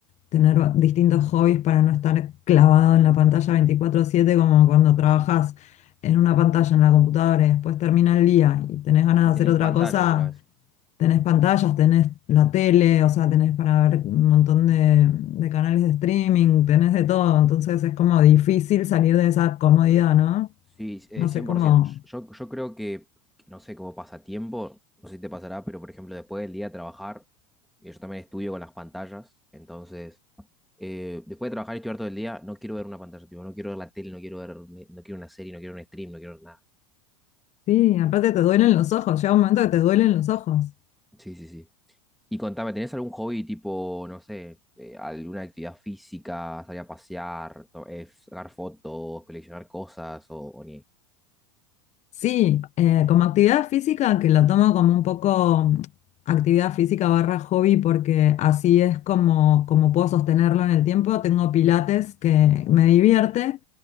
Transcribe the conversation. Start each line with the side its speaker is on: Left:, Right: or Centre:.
Left: tener va- distintos hobbies para no estar clavado en la pantalla 24/7 como cuando trabajas en una pantalla en la computadora y después termina el día y tenés ganas
Centre: Y
Left: de
Centre: tenés
Left: hacer otra
Centre: pantallas
Left: cosa.
Centre: otra vez.
Left: Tenés pantallas, tenés la tele, o sea, tenés para ver un montón de, de canales de streaming, tenés de todo, entonces es como difícil salir de esa comodidad, ¿no?
Centre: Sí, eh,
Left: No
Centre: 100%.
Left: sé cómo...
Centre: Yo, yo creo que, no sé, como pasatiempo, no sé si te pasará, pero por ejemplo, después del día de trabajar, eh, yo también estudio con las pantallas, entonces eh, después de trabajar y estudiar todo el día, no quiero ver una pantalla, tipo, no quiero ver la tele, no quiero ver, no quiero una serie, no quiero un stream, no quiero nada.
Left: Sí, aparte te duelen los ojos, llega un momento que
Centre: Mm.
Left: te duelen los ojos.
Centre: Sí, sí, sí. Y contame, ¿tenés algún hobby tipo, no sé, eh, alguna actividad física, salir a pasear, to- eh, sacar fotos, coleccionar cosas o, o ni?
Left: Sí, eh, como actividad física, que lo tomo como un poco mm, actividad física barra hobby, porque así es como, como puedo sostenerlo en el tiempo. Tengo pilates que
Centre: Mm.
Left: me divierte,